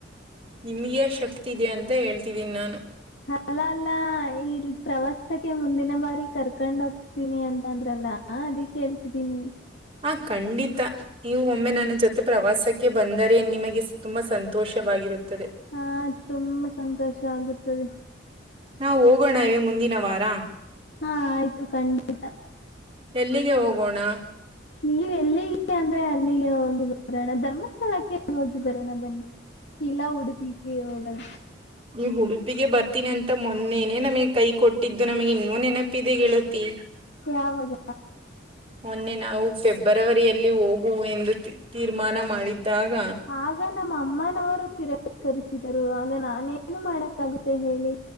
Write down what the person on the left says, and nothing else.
ಅಲ್ಲ ಅಲ್ಲ ಇ ಪ್ರವಾಸಕ್ಕೆ ಮುಂದಿನ ಬಾರಿ ಕರ್ಕೊಂಡ್ ಹೋಗ್ತೀನಿ ಅಂತಂದ್ರಲ್ಲ. ಹಾ ಅದೇ ಕೇಳ್ತಿದ್ದೀನಿ.
ಹಾ ತುಂಬಾ ಸಂತೋಷ ಆಗುತ್ತದೆ.
ಹಾ ಆಯ್ತು ಖಂಡಿತ.
ನೀವ್ ಎಲ್ಲಿಗೆ ಅಂದ್ರೆ ಅಲ್ಲಿಗೆ ಹೋಗಿ ಬರೋಣ ಧರ್ಮಸ್ಥಳಕ್ಕೆ ಹೋಗಿ ಬರೋಣ ಬನ್ನಿ. ಇಲ್ಲಾ ಉಡುಪಿಗೆ ಹೋಗೋಣ.
ಯಾವಾಗ.
ಆಗ ನಮ್ಮ ಅಮ್ಮನವರು ತಿರಸ್ಕರಿಸಿದರು ಆಗ ನಾನೇನು ಮಾಡಕ್ಕಾಗುತ್ತೆ ಹೇಳಿ.